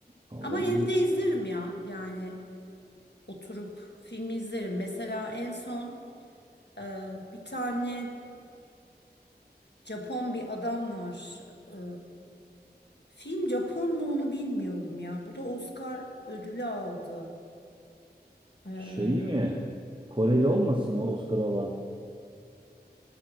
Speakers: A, on the right; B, on the left.
A: Olabilir.
B: Ama evde izlerim ya yani oturup filmi izlerim. Mesela en son e, bir tane Japon bir adam var. E, film Japon mu onu bilmiyorum ya. Bu da Oscar ödülü aldı. E,
A: Şey mi? Koreli olmasın o Oscar alan?